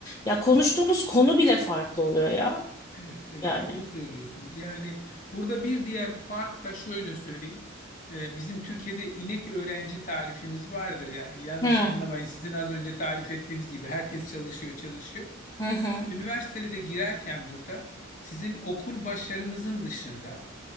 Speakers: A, on the left; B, on the left.
A: Ya konuştuğunuz konu bile farklı oluyor ya.
B: Evet, evet
A: Yani.
B: doğru söylüyorsunuz. Yani burada bir diğer fark da şöyle söyleyeyim. Ee, bizim Türkiye'de inek öğrenci tarifimiz vardır ya. Yanlış
A: Hı
B: anlamayın. Sizin az önce tarif ettiğiniz gibi herkes çalışıyor, çalışıyor.
A: hı
B: Üniversitelere girerken burada sizin okul başarınızın dışında